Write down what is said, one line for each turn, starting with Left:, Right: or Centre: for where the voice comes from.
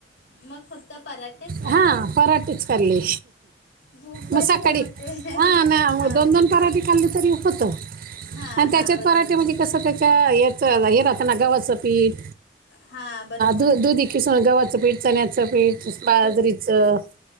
Left: मग फक्त पराठेच खाल्ले
Right: हा पराटच पले
Left: भूक बरी
Right: मसाकडी
Left: हे होते
Right: हा ना
Left: हा
Right: म दोन दोन पराठे खाल्ले तरीपतो
Left: हा
Right: आणि त्याच्यात
Left: हा बरोबर
Right: पराठे
Left: बरोबर
Right: म्हणजे कस. हेरतान गवाच पीठ
Left: हा बरोबर बरोबर
Right: दध. किसन गव्हाचं पीठ चण्याचं पीठ बाजरीचं